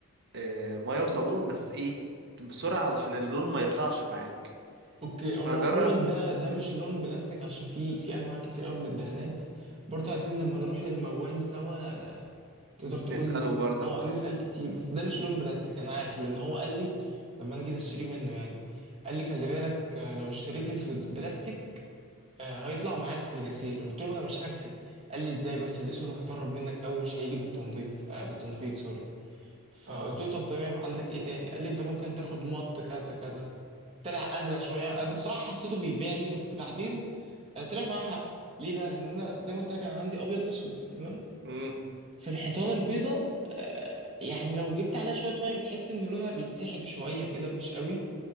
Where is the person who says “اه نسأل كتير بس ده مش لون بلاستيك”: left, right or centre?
Right